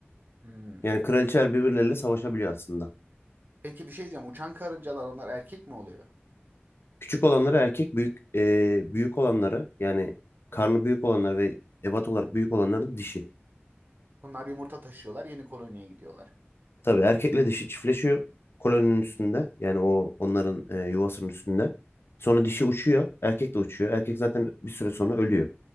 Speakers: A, on the right; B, on the left.
A: Hmm.
B: Yani kraliçeler birbirleriyle savaşabiliyor aslında.
A: Peki bir şey diyeceğim. Uçan karıncalar onlar erkek mi oluyor?
B: Küçük olanları erkek büyük e, büyük olanları yani karnı büyük olanlar ve ebat olarak büyük olanların dişi.
A: Onlar yumurta taşıyorlar, yeni koloniye gidiyorlar.
B: Tabii erkekle dişi çiftleşiyor koloninin üstünde. Yani o onların e, yuvasının üstünde. Sonra dişi uçuyor. Erkek de uçuyor. Erkek zaten bir süre sonra ölüyor.